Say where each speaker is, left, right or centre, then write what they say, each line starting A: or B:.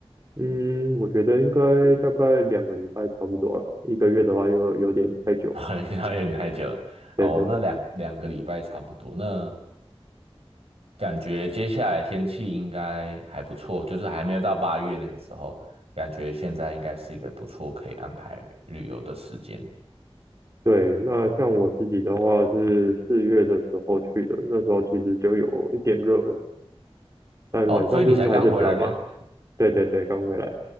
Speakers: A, on the right; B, on the right.
A: 嗯，我觉得应该大概两个礼拜差不多了，一个月的话又有点太久。
B: <laughs> 好像有点太久了哦，
A: 对对对
B: 那两两个礼拜差不多。那感觉接下来天气应该还不错，就是还没有到八月那个时候，感觉现在应该是一个不错可以安排旅游的时间。
A: 对，那像我自己的话是四月的时候去的，那时候其实就有一点热了，但晚上就是还是比较凉。
B: 哦，所以你才刚回来吗？
A: 对对对，刚回来，